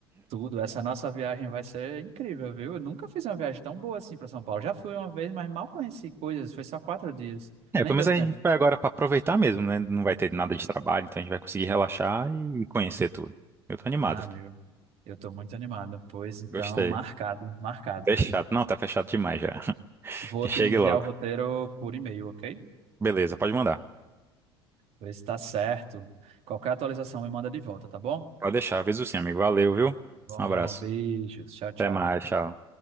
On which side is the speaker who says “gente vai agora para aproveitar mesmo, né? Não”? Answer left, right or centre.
Right